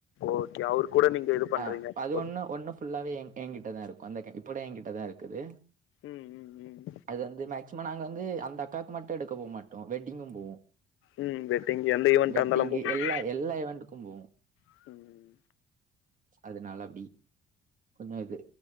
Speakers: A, on the left; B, on the right.
A: ஓகே அவரு கூட நீங்க இது பண்றீங்க
B: ஆ அது
A: ஒர்க்
B: ஒன்னு ஒன்னு ஃபுல்லாவே எ எ கிட்டதாருக்கு அந்த இப்படு எ கிட்டதாருக்குது
A: ம் ம் ம்
B: அது வந்து மேக்சிமம் நாங்க வந்து அந்த அக்காக்கு மட்டு எடுக்க போ மாட்டோ வெட்டிங்கு போவோ
A: ம் வெட்டிங் எந்த ஈவெண்ட்டா
B: வெட்டிங்கு‌
A: இருந்தாலும் போடுவீங்க
B: எல்லா எல்லா ஈவென்டுக்கு போவோ
A: ம்
B: அதுனால அப்டி கொஞ்சோ இது